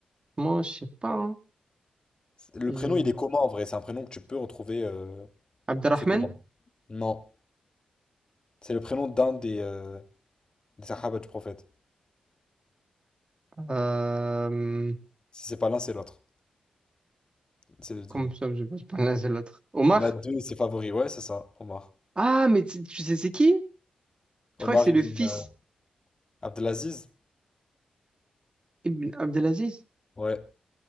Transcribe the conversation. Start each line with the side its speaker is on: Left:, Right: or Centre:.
Right: Moi, je sais pas. hein.
Left: Le
Right: Et-
Left: prénom, il est commun, en vrai. C'est un prénom que tu peux retrouver... euh,
Right: Abderrahman?
Left: C'est commun. Non. C'est le prénom d'un des, euh, des Sahaba du prophète.
Right: Euh...
Left: Si c'est pas l'un, c'est l'autre. c'est de deviner.
Right: Comme ça, je je prononce l'autre. Omar?
Left: Il y en a deux, c'est favori. Ouais, c'est ça, Omar.
Right: Ah, mais tu, tu sais c'est qui? Je
Left: Omar
Right: crois que c'est
Left: ibn
Right: le fils
Left: euh, Abdelaziz.
Right: Ibn Abdelaziz.
Left: Ouais.